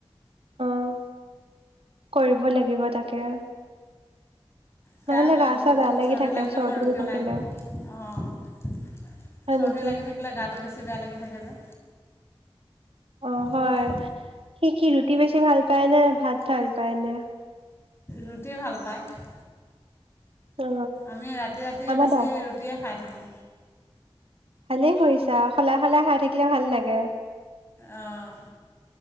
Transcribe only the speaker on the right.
অহ কৰিব লাগিব তাকে।
নহলে গা
চা বেয়া লাগি
থাকে
হৈ থাকিলে
হয়
নেকি
অ
হয় সি কি ৰু। টি বেছি ভাল পায় ন ভাত ভাল পায় নে।
অ
আমাৰ
দা
ভালেই কৰিছা সলাই সলাই খাই থাকিলে ভাল লাগে